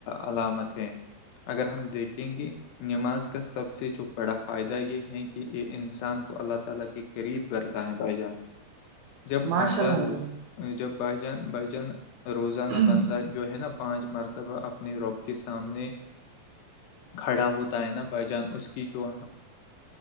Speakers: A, on the left; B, on the right.
A: علامت ہیں اگر ہم دیکھیں گے نماز کا سب سے جو بڑا فائدہ یہ ہے کہ انسان کو اللہ تعالی کی قریب کرتا ہے بھائی جان جب
B: ماشاء
A: بندہ
B: اللہ
A: روز
B: بھائی
A: جب بھائی جان بائی جان روزانہ
B: جان
A: بندہ جو ہے نا پانچ مرتبہ اپنے روپ کے سامنے کھڑا ہوتا ہے نا بائی جان اس کی جو